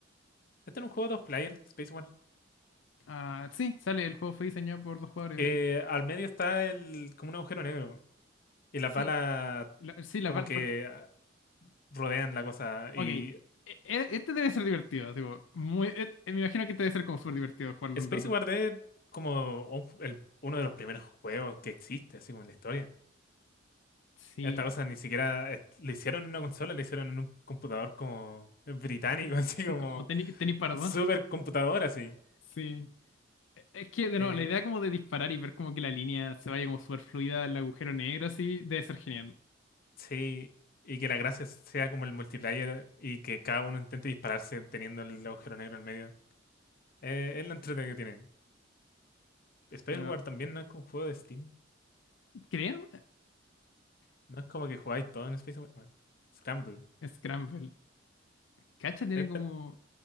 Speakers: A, on the left; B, on the left.
A: Este era un juego dos player, Space One.
B: Ah, sí, sale, el juego fue diseñado por dos jugadores
A: que
B: ahí.
A: al medio está el, como un agujero negro. Y las
B: Sí,
A: balas
B: la- sí, la
A: como
B: bala.
A: que
B: por-
A: ah, rodean la cosa.
B: Ok,
A: Y
B: E- e- este debe ser divertido. así como muy, eh, me imagino que este debe ser como súper divertido jugarlo
A: Space
B: un rato.
A: War es como un ju- el- uno de los primeros juegos que existe, así como en la historia.
B: Sí,
A: Esta cosa ni siquiera es- le hicieron en una consola, le hicieron en un computador como británico, <laughs> así como
B: como tenis, tenis pardo.
A: super
B: <laughs>
A: computador, así.
B: Sí. Es que, de
A: Eh,
B: nuevo, la idea como de disparar y ver como que la línea se vaya como súper fluida al agujero negro, así, debe ser genial.
A: sí. Y que la gracia sea como el multiplayer y que cada uno intente dispararse teniendo el agujero negro en medio. Eh, es lo entretenido que tiene. Spaceward
B: Bueno,
A: también no es como un juego de Steam.
B: creo,
A: No es como que jugáis todo en Spaceward. Bueno, Scramble.
B: Scramble. Cacha tiene
A: Este-
B: como,